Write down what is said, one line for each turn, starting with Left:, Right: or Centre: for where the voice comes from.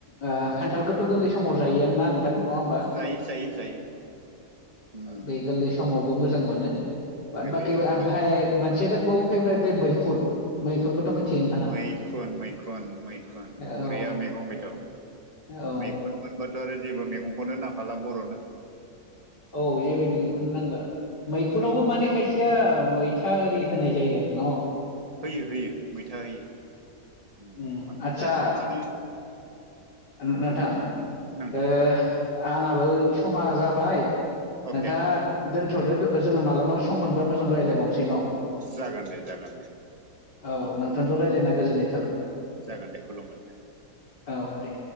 Left: ओ खान्थालखौथ' गोरलै समाव जायोआनोना नोंथां नङा होमबा
Right: जायो जायो जायो उम
Left: बे गोरलै समाव खौ मोजां मोनो बाद
Right: गोरलैयाव
Left: बाखि ओमफ्राय
Right: मोजां
Left: मोनसे दंबावो फेभरेट बे मैखुन मैखुनखौथ' मिथियो
Right: मै-मैखुन
Left: नोंथाङा
Right: मैखुन मैखुन
Left: औ
Right: बरिया मैगं बिथ'
Left: औ
Right: मैखुन मोनबाथ' आरो जेबो मैगंखौनो नांखाला बर'नो।
Left: औ जेबो मैगंखौनो नांला मैखुनावबो
Right: मैखुनजोंनो
Left: माने खायसेया मैथा ओरै होनाय जायो आरो न'?
Right: होयो होयो मैथा होयो
Left: उम
Right: माने
Left: आदसा
Right: जास्ट माने
Left: ओ नोंथां
Right: नोंथां
Left: ओ आंहाबो समा जाबाय।
Right: अके
Left: नोंथाङा दोनथ'दो दो जोङो मालाबा सम मोनबा मोजां रायलायबावनो सै न' औ
Right: जागोन दे जागोन दे अके
Left: नोंथांदो रायलायना गोजोननाय थाबाय।
Right: जागोन दे खुलुमबाय
Left: औ दे।